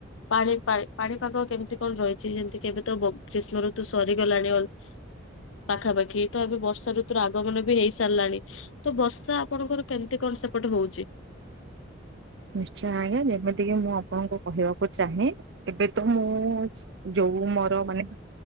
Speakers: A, on the left; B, on the right.
A: ପାଣି ପାଣିପାଗ କେମିତି କଣ ରହିଛି ଯେମିତି କେବେ ତ ଗ୍ରୀଷ୍ମ ଋତୁ ସରିଗଲାଣି ଅ ପାଖାପାଖି ତ ଏବେ ବର୍ଷା ଋତୁର ଆଗମନ ବି ହେଇ ସାରିଲାଣି ତ ବର୍ଷା ଆପଣଙ୍କର କେମିତି କଣ ସେପଟ ହଉଛି।
B: ନିଶ୍ଚୟ ଆଜ୍ଞା ଯେମିତିକି ମୁଁ ଆପଣଙ୍କୁ କହିବାକୁ ଚାହେଁ ଏବେ ତ ମୁଁ ଯୋଉ ମୋର ମାନେ